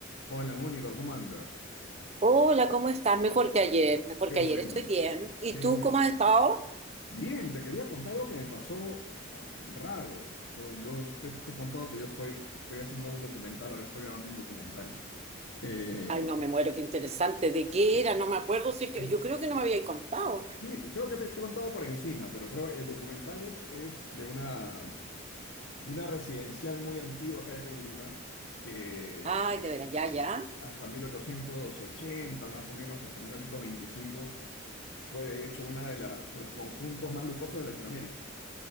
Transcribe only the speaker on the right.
Hola, ¿cómo estás? Mejor que ayer, mejor
que
ayer, estoy bien. ¿Y
tú
cómo has estado?
Ay, no me muero, qué interesante. ¿De qué
era? No me acuerdo, si es que
yo creo que no me habíais contado.
Ay, de veras, ya, ya.